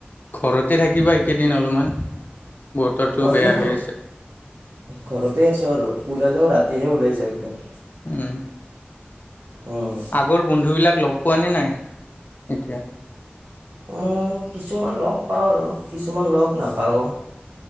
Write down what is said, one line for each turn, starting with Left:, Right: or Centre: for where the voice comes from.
Left: ঘৰতে থাকিবা এইকেইদিন অলপমান। বতৰটোও
Right: অঁ
Left: বেয়া
Right: কিন্তু
Left: হৈ আছে।
Right: ঘৰতে আছোঁ আৰু, ওলালেও ৰাতিহে ওলাই যা একদম।
Left: উম,
Right: উম,
Left: আগৰ বন্ধুবিলাক লগ পোৱা নে নাই, এতিয়া।
Right: উম' কিছুমান লগ পাওঁ আৰু কিছুমান লগ নাপাওঁ।